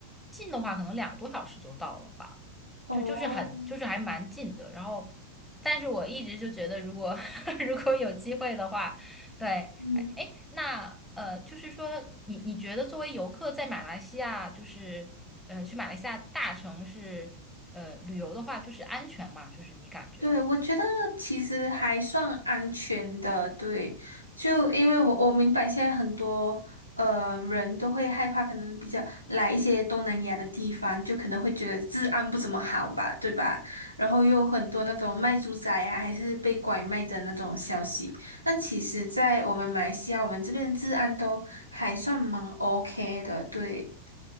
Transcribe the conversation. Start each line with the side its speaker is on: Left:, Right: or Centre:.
Centre: 近的话，可能两个多小时就到了吧。
Right: 哦，
Centre: 就就是很就是还蛮近的。然后，但是我一直就觉得，如果 <laughs> 如果有机会的话，对，
Right: 嗯。
Centre: 哎，哎那呃，就是说你你觉得作为游客在马来西亚，就是呃去马来西亚大城市呃旅游的话，就是安全嘛？就是你感觉？
Right: 对，我觉得其实还算安全的，对，就因为我我明白现在很多呃人都会害怕，可能比较来一些东南亚的地方，就可能会觉得治安不怎么好吧，对吧？然后又有很多那种卖猪仔啊，还是被拐卖的那种消息。但其实，在我们马来西亚，我们这边治安都还算蛮 OK 的，对，